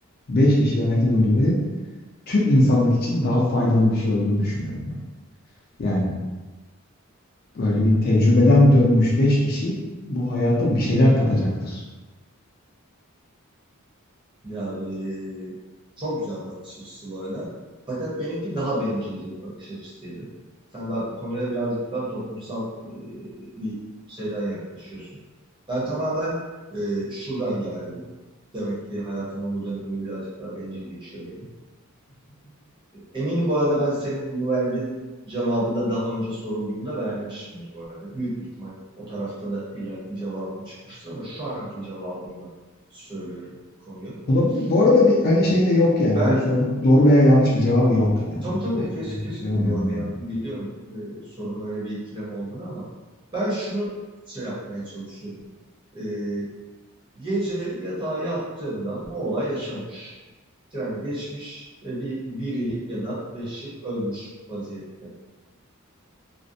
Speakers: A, on the left (about 45°); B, on the right (about 20°).
A: 5 kişiyi hayata döndürmenin tüm insanlık için daha faydalı bir şey olduğunu düşünüyorum ben. Yani böyle bir tecrübeden dönmüş 5 kişi bu hayata bir şeyler katacaktır.
B: Ya e, çok güzel bir bakış açısı bu arada. Fakat benimki daha bencilce bir bakış açısıydı. Sen daha konuya birazcık daha toplumsal e, bir şeyden yaklaşıyorsun. Ben tamamen e, şuradan geldim. Demek ki hayatımın bu dönemi birazcık daha bencil geçiyor benim. E, eminim bu arada ben senin bu verdiğin cevabı da daha önce sorulduğunda vermişimdir bu arada. Büyük bir ihtimal o tarafta da ileriki cevabım çıkmıştır ama şu anki cevabımla söylüyorum konuyu.
A: Olabilir. Bu arada
B: Ee,
A: bir hani şey de yok
B: ben
A: yani. Bu sorunun doğru veya yanlış bir cevabı yok yani.
B: tabii
A: Hani
B: tabii
A: o
B: kes,
A: konuda
B: kesinlikle
A: şey olmayalım
B: doğru bir
A: yani.
B: yan- biliyorum e, sorunun öyle bir ikilem olduğunu ama ben şunu şey yapmaya çalışıyorum. Ee, gece yatağa yattığımda bu olay yaşanmış. Tren geçmiş ve bir biri ya da beşi ölmüş vaziyette.